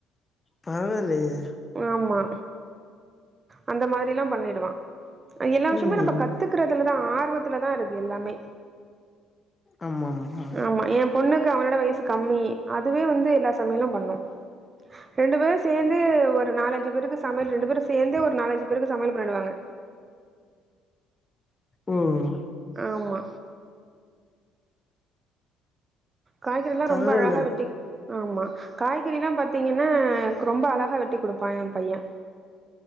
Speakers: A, on the left (about 15°); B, on the right (about 20°).
A: பரவாயில்லையே
B: ஆமா அந்த மாரில்லா பண்ணிடுவா து எல்லா விஷயமே
A: ம்
B: நம்ம கத்துக்குறதுல அதா ஆர்வத்துலதா இருக்கு எல்லாமே
A: ஆமாம்மா
B: ஆமா எ பொண்ணுக்கு அவனோட வயசு கம்மி அதுவே வந்து எல்லா சமையலு பண்ணோ ரெண்டு பேரு சேந்து ஒரு நாலஞ்சு பேருக்கு சமயல் ரெண்டு பேரும் சேர்ந்தே ஒரு நாலஞ்சு பேருக்கு சமையல் பண்ணிடுவாங்க
A: ம்
B: ஆமா காய்கறிலா
A: பரவால்ல
B: ரொம்ப அழகா வெட்டி ஆமா காய்கறிலா பாத்தீங்கனா எனக்கு ரொம்ப அழகா வெட்டி குடுப் பா எ பைய